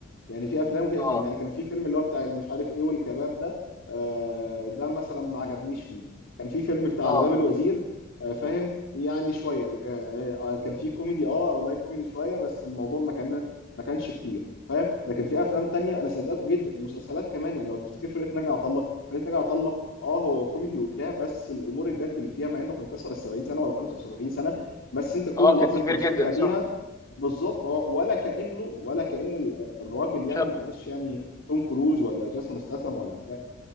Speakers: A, on the left; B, on the left.
A: يعني في افلام وفي
B: اه
A: افلام يعني كان في فيلم اللي هو بتاع مش عارف ايه والكباب ده آه، ده مثلا ما عجبنيش فيه كان في فيلم بتاع
B: اه
A: على باب الوزير آه، فاهم يعني شويه آه، آه، آه، كان في كوميدي اه او لايت كوميدي شويه بس الموضوع ما كان ما كانش كتير فاهم لكن في افلام تانية انا صدقته جدا ومسلسلات كمان يعني لو تفتكر فرقه ناجي عطا الله فرقه ناجي عطا الله اه هو كوميدي وبتاع بس الامور الجد اللي فيها مع انه كان كسر ال 70 سنه ولا 75 سنه بس انت كل
B: اه كان
A: لحظه
B: كبير
A: انت مستمتع
B: جدا
A: بيها
B: صح
A: بالظبط اه ولا كانه ولا كان الراجل
B: شاب
A: يعني معلش يعني توم كروز ولا جاسون استاثام ولا بتاع